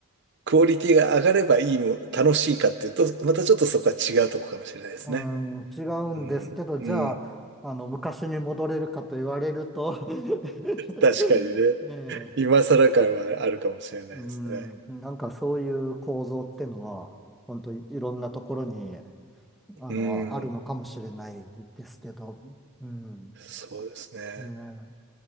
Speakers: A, on the right (about 50°); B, in the centre.
A: クオリティが上がればいいも、楽しいかっていうと、またちょっとそこは違うとこかもしれないですね。
B: うん、違うんですけど、
A: うん、
B: じゃあ、
A: うん。
B: あの、昔に戻れるかと言われると <laughs>
A: 確かにね。
B: ねえ、
A: 今更感はあるかもしれないですね。
B: うん、なんかそういう構造ってのは、本当いいろんなところにあの、
A: うん。
B: あるのかもしれないですけど、うん、
A: そうですね。
B: ね、